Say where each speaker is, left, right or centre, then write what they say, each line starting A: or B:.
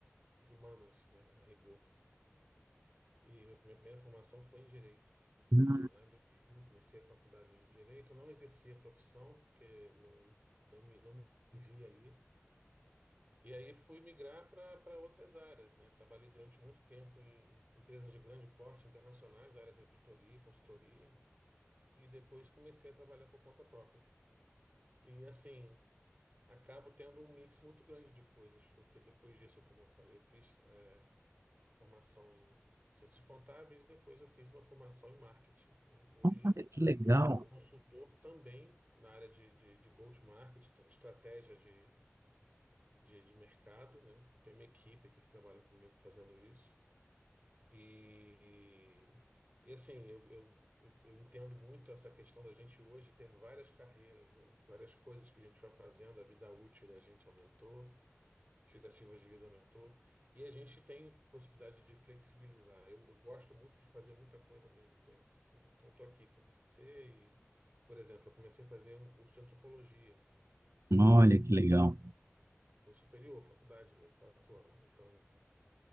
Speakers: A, on the right; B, on the right.
A: de humanas, né, a rigor, e minha, minha primeira formação foi em direito.
B: Ah,
A: Eh, Lá em 2001 comecei a faculdade de direito, não exerci a profissão, porque não, não me, não me via ali, E aí fui migrar para outras áreas, né? Trabalhei durante muito tempo em empresas de grande porte internacionais da área de auditoria e consultoria, e depois comecei a trabalhar por conta própria. E assim, acabo tendo um mix muito grande de coisas, porque depois disso, como eu falei, eu fiz a formação em ciências contábeis, depois eu fiz uma formação em marketing, né? Hoje
B: Olha que legal.
A: eu sou consultor também na área de, de, de go-to-market, estratégia de de, de mercado, né? Tem uma equipe aqui que trabalha comigo fazendo isso. E, e assim, eu, eu, eu, eu entendo muito essa questão da gente hoje ter várias carreiras, né? Várias coisas que a gente vai fazendo, a vida útil da gente aumentou, expectativas de vida aumentou, e a gente tem possibilidade de flexibilizar. Eu, eu gosto muito de fazer muita coisa ao mesmo tempo, né? Então, estou aqui com você e, por exemplo, eu comecei a fazer um curso de antropologia.
B: Olha que legal.
A: O superior, faculdade mesmo, quatro anos. Então,